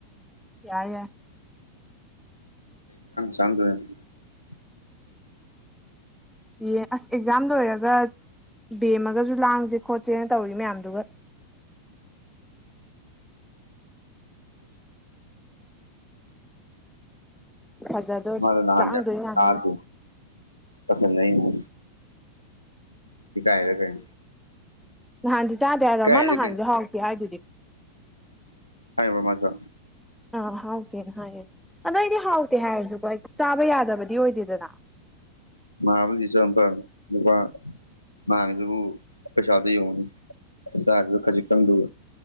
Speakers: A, in the centre; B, on the left (about 80°).
A: ꯌꯥꯔꯦ ꯌꯥꯔꯦ
B: <unintelligible>
A: ꯑꯦ ꯑꯁ ꯑꯦꯛꯖꯥꯝ ꯂꯣꯏꯔꯒ ꯕꯦꯝꯃꯒꯁꯨ ꯂꯥꯡꯁꯦ ꯈꯣꯠꯁꯦꯅ ꯇꯧꯔꯤ ꯃꯌꯥꯝꯗꯨꯒ ꯐꯖꯗꯣꯔꯤ
B: ꯃꯥꯗꯨ ꯅꯍꯥꯟꯗ
A: ꯂꯥꯡꯗꯣꯏ ꯉꯥꯛꯇꯅꯤ
B: <unintelligible> ꯇꯥꯁꯤꯟꯅꯩꯅꯦ ꯏꯀꯥꯏꯔꯤꯔꯥ ꯀꯩꯅꯣ
A: ꯅꯍꯥꯟꯗꯤ ꯆꯥꯗꯦ ꯍꯥꯏꯔꯣ
B: ꯏꯀꯥꯏꯔꯤꯔ
A: ꯃꯥ ꯅꯍꯥꯟꯁꯨ
B: ꯀꯩꯅꯣ
A: ꯍꯥꯎꯇꯦ ꯍꯥꯏꯗꯨꯗꯤ
B: ꯍꯥꯏꯕ꯭ꯔꯥ ꯃꯥꯁꯨ
A: ꯑ ꯍꯥꯎꯇꯦꯅꯦ ꯍꯥꯏꯦꯌꯦ ꯑꯗꯣ ꯑꯩꯗꯤ ꯍꯥꯎꯇꯦ ꯍꯥꯏꯔꯁꯨꯀꯣ ꯆꯥꯕ ꯌꯥꯗꯕꯗꯤ ꯑꯣꯏꯗꯦꯗꯅ
B: ꯃꯍꯥꯕꯂꯤ ꯆꯠꯂꯝ ꯐꯕꯅꯦ ꯅꯨꯕꯥ ꯅꯥꯍꯟꯒꯤꯗꯨꯕꯨ ꯄꯩꯁꯥꯗꯣ ꯌꯦꯡꯉꯨꯅꯦ ꯆꯔꯤꯕ ꯈꯖꯤꯛꯇꯪꯗꯨꯒ